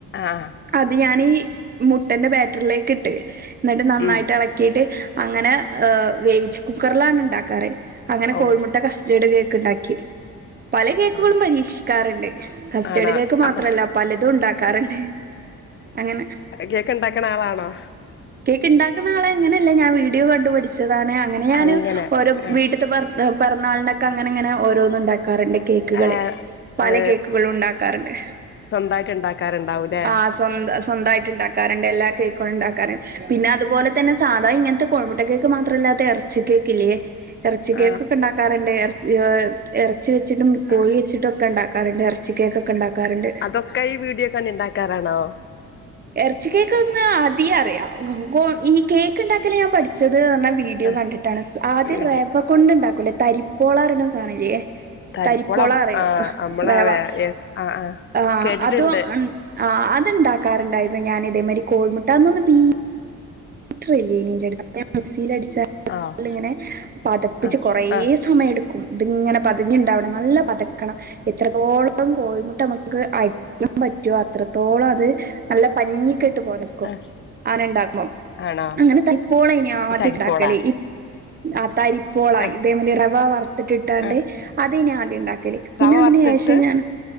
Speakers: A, on the left; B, on the right.
A: ആ
B: അത് ഞാനീ മുട്ടന്റെ ബേറ്റർലേക്ക്ട്ട് ന്നെട്ട് നന്നായ്ട്ടെളെക്കീട്ട്
A: ഉം
B: അങ്ങെനെ ഏഹ് വേവിച്ച് കുക്കർലാണ് ഇണ്ടാക്കാറ് അങ്ങെനെ
A: ഓ
B: കോഴ്മുട്ട കസ്റ്റേഡ് കേക്ക്ണ്ടാക്കി. പല കേക്കുകളും
A: ആ
B: പരീക്ഷിക്കാറ്ണ്ട് കസ്റ്റഡ്
A: ആണോ
B: കേക്ക് മാത്രല്ല
A: അപ്പ
B: പലതുംണ്ടാക്കാറ്ണ്ട് അങ്ങെനെ
A: കേക്ക്ണ്ടാക്ക്ണ ആളാണോ?
B: കേക്ക്ണ്ടാക്ക്ന്ന ആള് അങ്ങെനെല്ല ഞാം വീഡിയോ കണ്ട് പഠിച്ചതാണ് അങ്ങെനെ ഞാന്
A: അങ്ങനെ
B: ഓരോ
A: ആ
B: വീട്ട് ത്തെ പെർ പെർന്നാൾനൊക്കെ അങ്ങെനെങ്ങെനെ ഓരോന്ന്ണ്ടാക്കാറ്ണ്ട് കേക്ക്കെള്
A: ആ
B: പല
A: ഏ
B: കേക്ക്കളുംണ്ടാക്കാറ്ണ്ട്
A: സ്വന്തായിട്ട് ഉണ്ടാക്കാറുണ്ടാവൂലേ
B: ആഹ് സ്വന്ത സ്വന്തായ് ഇണ്ടാക്കാറ്ണ്ട് എല്ലാ കേക്കുകളും ഇണ്ടാക്കാറ്ണ്ട് പിന്നെ അതുപോലെ തന്നെ സാധാ ഇങ്ങൻത്തെ കോഴിമുട്ട കേക്ക് മാത്രല്ലാതെ എർച്ചി കേക്ക്ല്ല്യേ എറെച്ചി കേക്കൊക്കെ
A: ആ
B: ഇണ്ടാക്കാറ്ണ്ട് എറെച്ചി ഏഹ് എറെച്ചി വെച്ചിട്ടും കോഴി
A: ആ
B: വെച്ചി ട്ടൊക്കെണ്ടാക്കാറ്ണ്ട് എറെച്ചി കേക്കാെക്കെണ്ടാക്കാറ്ണ്ട്
A: ഇതൊക്കെ ഈ വീഡിയോ കണ്ട് ഇണ്ടാക്കാറാണോ?
B: എർച്ചി കേക്ക് ഒന്ന് ആദ്യേ അറിയാം ഗോ ഈ കേക്ക്ണ്ടാക്കല് ഞാൻ പഠിച്ചത്ർഞ്ഞാ വീ ഡിയോ
A: ആ
B: കണ്ടിട്ടാണ് സ് ആദ്യം
A: വീഡിയോ
B: റെവ കൊണ്ട്ണ്ടാക്കൂലേ തരിപ്പോളാറീണെ സാനല്ല്യേ
A: തരിപ്പോളം
B: തരിപ്പോളറിയും
A: ആഹ് നമ്മള
B: റെവാ
A: ആഹ് ആഹ്
B: ആഹ്
A: കേട്ടിട്ടുണ്ട്
B: അത് എൻ ആഹ് അത്ണ്ടാക്കാറ്ണ്ടായ്‌ര്ന്നു ഞാനിതേമായ്രി കോഴ്മുട്ടാ അന്നൊന്നും ബീ റ്റ്റ്‌ല്ലേനി ഇന്റെട്ത്ത് അപ്പ ഞാ മിക്സീലടിച്ചാ
A: ആഹ്
B: ങ്ങെനെ പതപ്പിച്ച്
A: ആഹ്
B: കൊറേ
A: ആഹ്
B: സമെയെട്ക്കും ഇത്ങ്ങെനെ പതഞ്ഞ്ണ്ടാവണം നല്ല പതക്കണം എത്രത്തോളം കോഴിമുട്ട അമ്മക്ക് അടിക്കാം പറ്റോ അത്രത്തോളം അത് നല്ല പഞ്ഞിക്കെട്ട് പോലെക്കും
A: ആഹ്
B: ആനെണ്ടാക്ക്മ്പം
A: ആണോ
B: അങ്ങെനെ തയ്പ്പോളേനി ആദ്യാെക്കാക്കെല്
A: ഈ തരിപ്പോളാ
B: ഇ ആഹ് തരിപ്പോളാ
A: ആഹ്
B: ഇതേ മയ്രി റവ വർത്തിട്ടിട്ടാണ്ട്
A: ആഹ്
B: അതേനി ആദ്യംണ്ടാക്കെല് പിന്നെ
A: റവ
B: അതിന്
A: വറുത്തിട്ട്
B: ശേഷം ഞാൻ